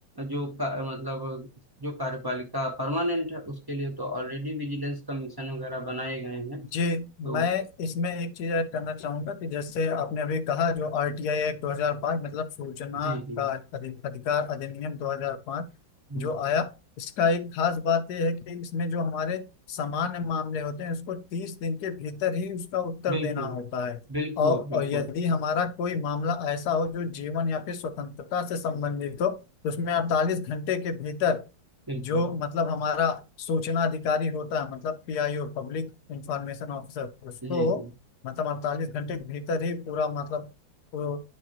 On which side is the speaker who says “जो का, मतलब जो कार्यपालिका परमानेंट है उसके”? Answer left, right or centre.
Right